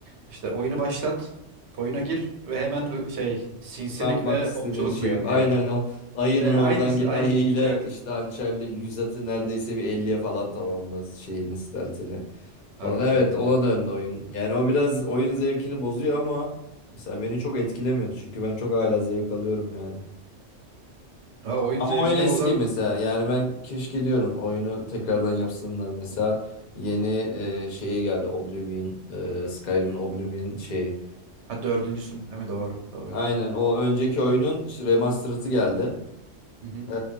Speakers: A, on the right; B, on the left.
A: İşte oyunu başlat, oyuna gir ve hemen hı- şey sinsilik
B: Ne yapmak
A: ve
B: istediğin
A: okçuluk
B: şey
A: build
B: yap. Aynen
A: yap.
B: o ayının
A: E, aynısı,
B: oradan git
A: aynısı.
B: ayıyla
A: Evet.
B: işte hançerle yüz atı neredeyse bir elliye falan tamamla şeyini steltini
A: Harbiden
B: falan. Evet
A: yani.
B: ona döndü oyun. Yani o biraz oyun zevkini bozuyor ama mesela beni çok etkilemiyordu çünkü ben çok hala zevk alıyorum yani.
A: Ha, oyun
B: Ama
A: zevkini
B: oyun eski
A: bozan.
B: mesela. Yani ben keşke diyorum oyunu tekrardan
A: Hı hı.
B: yapsınlar. Mesela yeni e, şeyi geldi Oblivion, e, Skyrim'in Oblivion şeyi.
A: Ha dördüncüsünün değil mi? Doğru, doğru.
B: Aynen o önceki oyunun işte remastered'ı geldi.
A: Hı hı.
B: E,